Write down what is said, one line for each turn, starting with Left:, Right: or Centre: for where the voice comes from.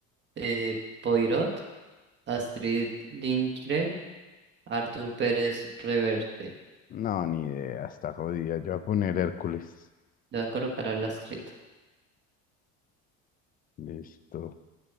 Right: eh, Poirot, Astrid Lindgren Artur Pérez Reverte.
Left: No, ni idea, está jodida. Yo voy a poner Hércules.
Right: Le voy a colocar a Lastrito.
Left: Listo.